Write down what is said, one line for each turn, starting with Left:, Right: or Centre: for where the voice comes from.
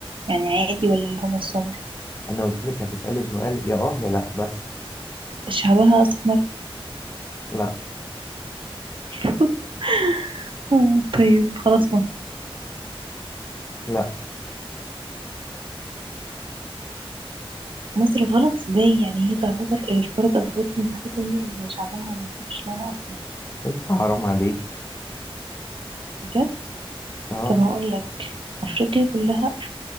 Right: يعني عادي ولا اللي هم السمر
Left: انا قلت لك هتسألي سؤال يا اه يا لا بس
Right: شعبها اسمر
Left: لا
Right: <laughs> آه، طيب خلاص مصر
Left: لا
Right: مصر غلط ازاي يعني هي تعتبر اللي في قارة افريقيا الوحيدة هي اللي شعبها مش لونه اسمر
Left: مش حرام عليك
Right: بجد
Left: اه
Right: طب هقول لك افريقيا كلها أف...